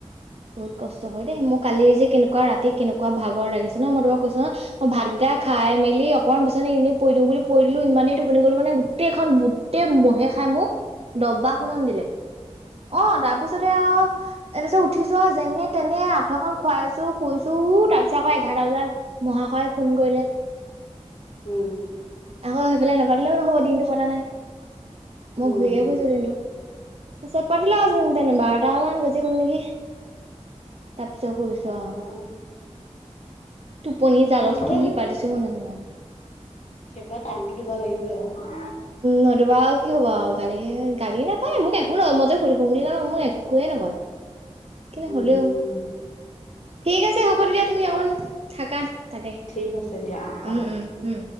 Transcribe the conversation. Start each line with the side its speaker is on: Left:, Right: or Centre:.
Right: বহুত কষ্ট হয় দেই, মোক কালি যে কেনেকুৱা ৰাতি কেনেকুৱা ভাগৰ লাগিছে নহ মই তোমাক কৈছো নহ মই ভাতকিটা খাই মেলি অকণমান বিছনা এনে পৰি দিওঁ বুলি পৰি দিলো, ইমানে টোপনি গলো মানে গোটেখন বুট গোটে মহে খাই মোক, দবা খুনন দিলে, অহ তাৰপিছতে আৰু তাৰ পিছত উঠিছো আৰু যেনে তেনে আঠুৱা খন খুৱাইছো, শুইছো তাৰপিছত আকৌ এঘাৰটা বজাত মহাশয়ে ফোন কৰিলে।
Left: উম।
Right: আকৌ সেইফালে নাপতিলেও নহব, দিনটো পতা নাই,
Left: উম।
Right: মই ঘূৰিয়ে ফুৰিছো দিনটো। পিছে পাতিলা আৰু যেনে তেনে, বাৰটা মান বাজি গল নেকি তাৰ পিছত শুইছো
Left: অ',
Right: আৰু, টোপনি জালত
Left: সেইফালে
Right: কি পাতিছো মই নাজানো।
Left: সিফালে টাইমটো দিব লাগিবই আৰু
Right: নহ সেতু বাৰু কি হ'ব আৰু গালিহে গালি নাপায়ে মোক একো নকয়, মইযে শুই থাকে বুলিযে অ', মোক একোৱে নকয়।
Left: <inaudible>
Right: কিন্তু
Left: উম
Right: হলেও, ঠিক আছে হ'ব তেতিয়া তুমি অকণ থাকা। তাতে,
Left: ঠিক আছে দিয়া হ'ব।
Right: উম উম উম।